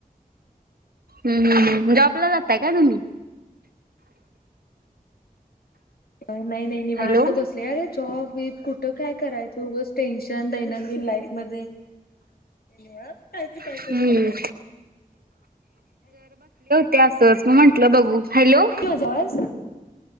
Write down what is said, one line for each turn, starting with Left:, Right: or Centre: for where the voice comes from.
Right: हम्म हम्म हम्म जॉबला जाताय का तुम्ही?
Left: नाही नाही निवांत
Right: हॅलो
Left: बसले अरे जॉब बीब कुठं काय कराय <unintelligible> टेन्शन दैनंदिन लाईफ मध्ये. <unintelligible> खायच
Right: हम्म
Left: झोपायचं
Right: ते असच म्हंटलं बघू. हॅलो
Left: माझा आवाज